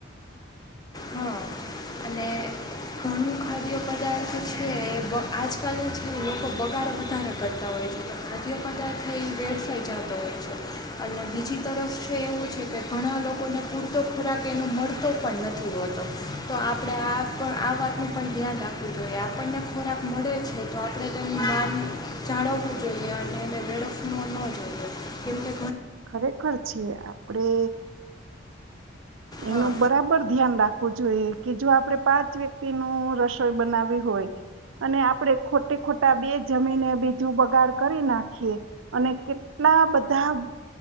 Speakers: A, on the left; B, on the right.
A: હા અને ઘણું ખાદ્ય પદાર્થ છે એ આજકાલનો છે લોકો બગાડ વધારે કરતા હોય છે તો ખાદ્ય પદાર્થ એ વેરસાઈ જતો હોય છે અને બીજી તરફ છે એવું છે કે ઘણા લોકોને પૂરતો ખોરાક એનો મળતો પણ નથી હોતો તો આપણે આ પણ આ વાતનું પણ ધ્યાન રાખવું જોઈએ આપણને ખોરાક મળે છે તો આપણે તેની માન જાળવવું જોઈએ અને એને વેળફવ ન જોઈએ કેમકે
B: ખરેખર છે આપડે
A: હા
B: એનું બરાબર ધ્યાન રાખ વું જોઈએ કે જો આપડણે પાંચ વ્યક્તિ નું રસોઈ બનાવી હોય અને આપણેે ખોટે ખોટા બે જમીને બીજું બગાડ કરી નાખીએ અને કેટલા બધા